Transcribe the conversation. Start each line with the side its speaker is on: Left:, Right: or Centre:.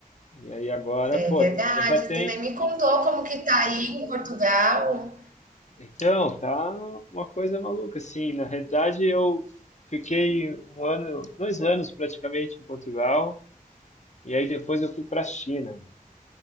Left: e aí agora,
Right: É
Left: pô,
Right: verdade,
Left: agora já tem.
Right: tu nem me contou como que tá aí em Portugal.
Left: Então, tá uma coisa maluca, assim. Na realidade, eu fiquei um ano, dois anos praticamente em Portugal. E aí depois eu fui para a China.